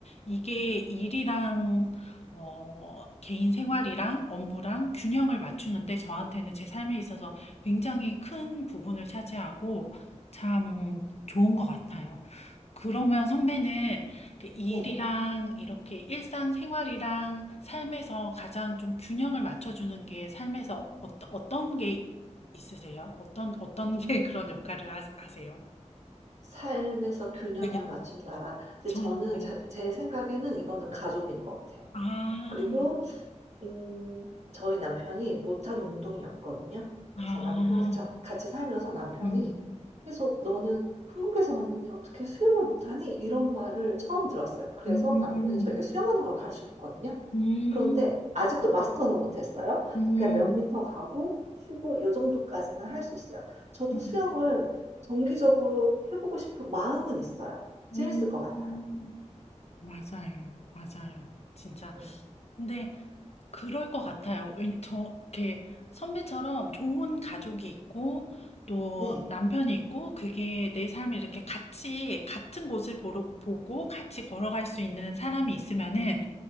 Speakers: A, on the left; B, on the right.
A: 이게 일이랑 어, 개인 생활이랑 업무랑 균형을 맞추는데 저한테는 제 삶에 있어서 굉장히 큰 부분을 차지하고 참 좋은 것 같아요. 그러면 선배는 그 일이랑
B: 네.
A: 이렇게 일상생활이랑 삶에서 가장 좀 균형을 맞춰주는 게 삶에서 어 어떤 게 있으세요? 어떤, 어떤 게 <laughs> 그런 역할을 하, 하세요?
B: '삶에서 균형을
A: 네.
B: 맞춘다라.' 근데
A: 저는
B: 저는
A: 네.
B: 자 제 생각에는 이거는 가족인 것 같아요.
A: 아,
B: 그리고 음 저희 남편이 못하는 운동이 없거든요.
A: 아,
B: 그래서 남편 저 같이 살면서 남편이
A: 음,
B: 계속 "너는 한국에서 왔는데 어떻게 수영을 못하니?" 이런 말을 처음 들었어요. 그래서
A: 음,
B: 남편이 저에게 수영하는 걸 가르쳐 줬거든요.
A: 음,
B: 그런데 아직도 마스터는 못했어요.
A: 음,
B: 그러니까 몇 미터 가고 쉬고 요 정도까지는 할 수 있어요. 저도
A: 음,
B: 수영을 정기적으로 해 보고 싶은 마음은 있어요. 재밌을
A: 음.
B: 것 같아요.
A: 맞아요, 맞아요. 진짜.
B: 음
A: 근데 그럴 것 같아요. 왜냐 저 이렇게 선배처럼 좋은 가족이 있고 또
B: 네.
A: 남편이 있고 그게 내 삶을 이렇게 같이 같은 곳을 보러, 보고 같이 걸어갈 수 있는 사람이 있으면은